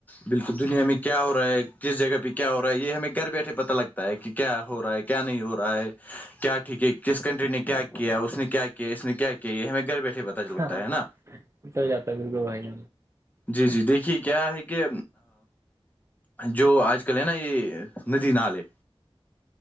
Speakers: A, on the left (about 15°); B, on the right (about 30°).
A: بالکل دنیا میں کیا ہو رہا ہے کس جگہ پہ کیا ہو رہا ہے یہ ہمیں گھر بیٹھے پتا لگتا ہے کہ کیا ہو رہا ہے کیا نہیں ہو رہا ہے کیا ٹھیک ہے کس کنٹری نے کیا اس نے کیا کیا اس نے کیا کیا یہ ہمیں گھر بیٹھے پتا چ لگتا
B: ہاں ہاں
A: ہے نا
B: جاتا دگو بھ <unintelligible>
A: جی جی دیکھیے کیا ہے کہ جو آج کل ہے نا یہ ندی نال ہے